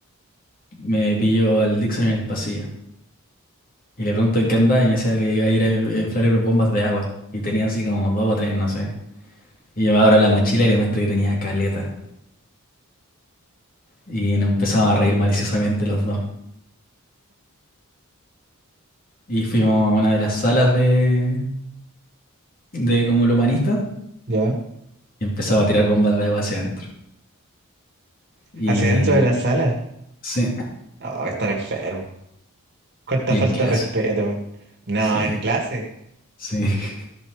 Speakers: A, on the left; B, on the right.
A: me pillo al Dixon en el pasillo. Y le pregunto en qué andaba y me decía que iba a ir a inflar bombas de agua. Y tenía así como dos o tres, no sé. Y yo me abro la mochila y le muestro que tenía caleta. Y nos empezamos a reír maliciosamente los dos. Y fuimos a una de las salas de, de como el humanista
B: Ya.
A: y empezaba a tirar bombas de agua hacia adentro. Y
B: Hacia dentro de la sala.
A: sí,
B: No, están enfermos. Cuánta
A: y
B: falta
A: en clase.
B: de respeto. weón. No,
A: Sí,
B: en clase.
A: sí. <laughs>